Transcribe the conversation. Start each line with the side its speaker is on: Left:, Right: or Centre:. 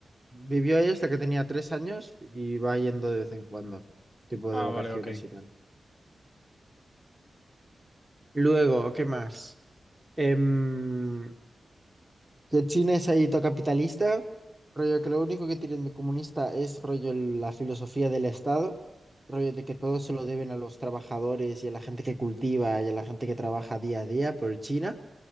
Centre: vivió ahí hasta que tenía tres años y va yendo de vez en cuando, tipo
Left: Ah,
Centre: de vacaciones
Left: vale, ok.
Centre: y tal. Luego, ¿qué más? Em, que el cine es ahí todo capitalista, rollo que lo único que tienen de comunista es rollo la filosofía del Estado, rollo de que todo se lo deben a los trabajadores y a la gente que cultiva y a la gente que trabaja día a día por China,